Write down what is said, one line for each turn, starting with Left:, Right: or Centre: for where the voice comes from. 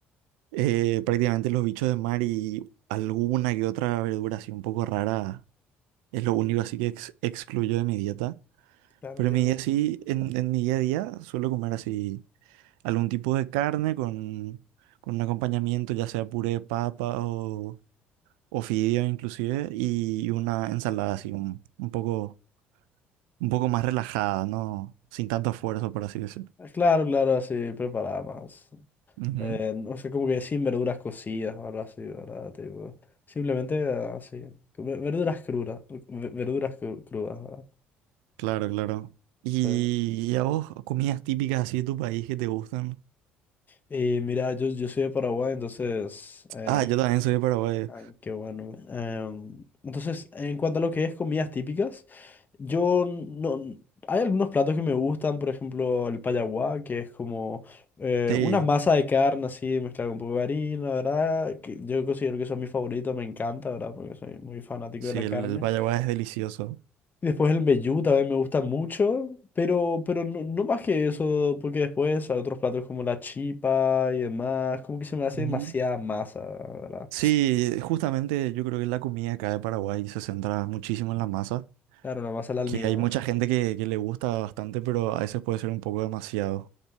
Right: Eh, prácticamente los bichos de mar y alguna que otra verdura así un poco rara es lo único así que ex- excluyo de mi dieta.
Left: Claro,
Right: Pero
Left: entiendo.
Right: en mi día sí, en, en mi día a día suelo comer así algún tipo de carne con, con un acompañamiento, ya sea puré de papa o, o fideo inclusive, y una ensalada así un, un poco, un poco más relajada, ¿no? Sin tanto esfuerzo, por así decirlo.
Left: Ah, Claro, claro, así, preparada más.
Right: Ujú,
Left: Eh, o sea, como que sin verduras cocidas o algo así, ¿verdad? Tipo, simplemente ah, así. Ve- Verduras crudas. ve- Verduras cru- crudas, ¿verdad?
Right: Claro, claro. ¿Y,
Left: Sí.
Right: y a vos comidas típicas así de tu país que te gustan?
Left: Y mira, yo, yo soy de Paraguay, entonces eh,
Right: Ah, yo también soy de Paraguay.
Left: Ay, qué bueno. Em, entonces, en cuanto a lo que es comidas típicas, yo no... Hay algunos platos que me gustan, por ejemplo, el payaguá, que es como eh,
Right: Sí,
Left: una masa de carne así mezclada con un poco de harina, ¿verdad? Que yo considero que eso es mi favorito, me encanta, ¿verdad? Porque soy muy fanático
Right: sí,
Left: de la carne.
Right: el, el payaguá es delicioso.
Left: Y después el mbejú también me gusta mucho, pero, pero no, no más que eso, porque después hay otros platos como la chipa y demás, como que se me hace
Right: Ujú.
Left: demasiada masa, ¿verdad?
Right: Sí, justamente yo creo que la comida acá de Paraguay se centra muchísimo en la masa,
Left: Claro, la masa al almidón.
Right: que hay mucha gente que, que le gusta bastante, pero a veces puede ser un poco demasiado.